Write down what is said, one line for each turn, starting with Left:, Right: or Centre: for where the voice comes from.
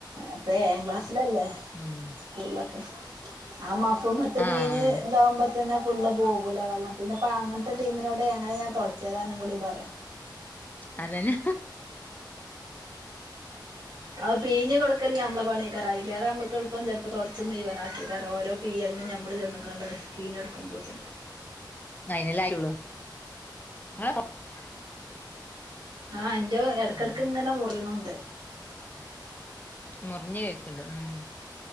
Right: അപ്പേ എഴാം ക്ലാസ് ല ല്ലേ
Left: ഉം
Right: സ്കൂളിലക് ആമ്മ കുമ്മത്തെ ബീഞ്ഞ്
Left: ആഹ്
Right: ലാവുമ്പ തന്നെ ഫുള്ള് ല്ലാ പോകൂല വെള്ളം പിന്നെപ്പ അങ്ങനത്തെ ടീമിനോട് എങ്ങനെ ഞാൻ തൊടച്ച് തരാനും കൂടി പറയാ
Left: അതന്നെ
Right: അത് പീഞ്ഞ് കൊടുക്കല് ഞമ്മളെ പണിയേക്കാരം അയില്ലേറെ ഞമ്മക്ക് എൾപ്പം ചെൽപ്പം തുടച്ച് മുഴവനാക്കേക്കാരം ഓരോ പീയലിനും ഞമ്മള് ചെന്ന്കാണ്ട് പീഞ്ഞ് കൊടുക്കുമ്പോത്തിന്
Left: നയിനല്ലെ ആയിറ്റൊള്ളു <unintelligible>
Right: ആഹ് <unintelligible> <unintelligible> ഇടക്കിടക്ക്
Left: ഉം
Right: ഇങ്ങെനെ മുറിണൂണ്ട്
Left: മുറിഞ്ഞു കേക്ക്ണ്ട് ഉം